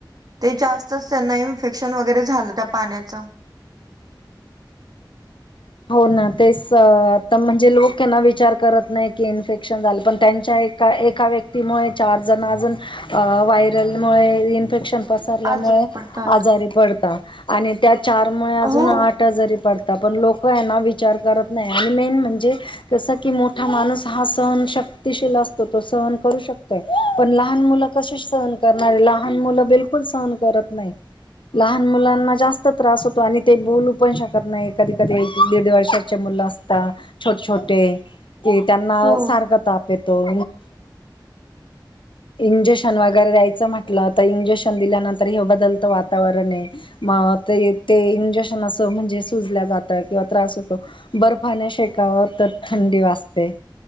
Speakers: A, on the right; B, on the left.
A: ते जास्तच त्यांना इन्फेक्शन वगैरे, झालं त्या पाण्याचं.
B: हो ना तेच आता म्हणजे, लोक हेना विचार करत नाही की इन्फेक्शन झालं पण त्यांच्या एक, एका व्यक्तीमुळे चार जण अजून व्हायरलमुळे इन्फेक्शन. पसल्यामुळे
A: आजार पडतात
B: आजारी पडता, आणि त्या चारमुळे अजून
A: हो
B: आठ. जरी पडता पण लोक हेना विचार करत नाही. आणि मेन म्हणजे, कसं की मोठा माणूस हा सहन शक्तिशील असतो. तो सहन करू शकतोय. पण लहान मुलं, कसे सहन करणारे, लहान मुलं बिलकुल सहन करत नाही. लहान मुलांना जास्त त्रास होतो, आणि ते बोलू पण शकत नाही कधी. कधी दीड दीड वर्षाचे मुलं असतात. छोटे छोटे कि त्यांना
A: हो
B: सारख ताप. येतो. इंजेक्शन वगैरे द्यायचं म्हटलं तर, इंजेक्शन दिल्यानंतर हे बदलतं वातावरण ये. मग ते ते इंजेक्शन असं म्हणजे सुजल्या जात <unintelligible> किंवा त्रास होतो बर्फाने शेकाव तर थंडी वाजते.